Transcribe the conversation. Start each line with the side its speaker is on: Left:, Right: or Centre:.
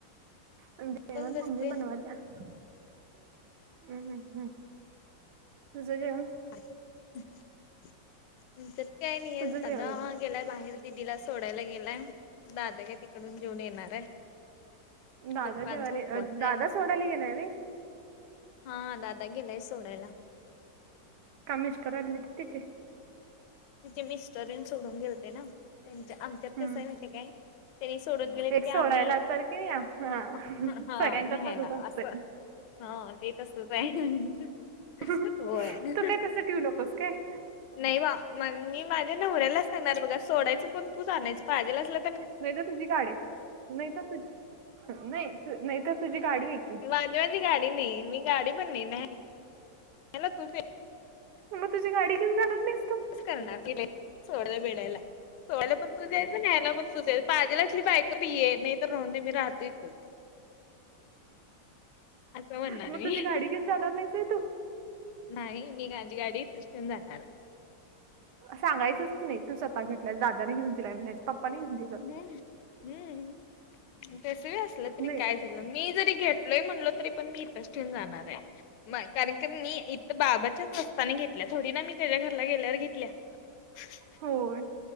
Right: म्हजे जेवण
Left: बसले
Right: मम्मी बनवत्या हम्म हम्म हम्म. तुझं जेवण?
Left: त आमच्यात ते आणि हे
Right: तुझं
Left: दादा
Right: जेवण कर
Left: गेला बाहेर. दिदीला सोडायला गेलाय, दादा काय तिकडून जेऊन येणार आहे.
Right: दादा
Left: पप्पांचा
Right: जेवायले,
Left: उपवास
Right: अ
Left: आहे
Right: दादा सोडायले गेलाय वय.
Left: हा दादा गेलाय सोडायला.
Right: का मिस्टर आलीत तेचे?
Left: तिचे मिस्टर येऊन सोडून गेलते ना, तेंच्या आमच्यात
Right: हम्म
Left: कसं आहे माहितीय काय? त्यांनी सोडून गेलेत
Right: एक
Left: की
Right: सोडायला
Left: आम्ही,
Right: तर की हा
Left: आ
Right: सगळ्यांच्या
Left: ह ह, हा न्यायला
Right: तसच असतंय
Left: असं. हा ते तसच आहे.
Right: हह
Left: होय
Right: तू काय, तस ठेऊ नकोस काय.
Left: नाही बा म मी माझ्या नवऱ्यालाच सांगणार बघा, सोडायचं पण तूच आणायच पाहिजेल असल
Right: नाही तर तुझी गाडी आहे, नाही त तुझी, नाही नाही त तुझी गाडी आहे की
Left: आणि माझी गाडी नाही, मी गाडी पण नाही. नाही ह्याला तू पे.
Right: मग तुझी गाडी घेऊन जाणार नाहीस तु?
Left: करणार की लई सोड वेडायला, सोलाला पण तोच यचं न्यायला पण सुय पाजेला, असली बायको ये नाही तर राहून दे मी राहतो इथच. असं म्हणणार
Right: मग
Left: मी
Right: तुझी गाडी घेऊन जाणार नाहीस व्हय तू?
Left: नाही मी माझी गाडी इथच ठेऊन जाणार आहे.
Right: सांगायच नाही तू स्वः घेतलाय दादाने घेऊन दिलाय म्हणायच पप्पाने घेऊन दिल
Left: हम्म, हम्म हम्म. तसही असलं तरी
Right: नाही
Left: काय झालं? मी जरी घेतलोय म्हणलो तरी पण मी इथेच ठेऊन जाणार हाय. नई कारण की मी इथं बाबाच्याच असस्तानी घेतल्या थोडी ना मी त्याच्या घरला गेल्यावर घेतल्या. <inaudible>
Right: होय.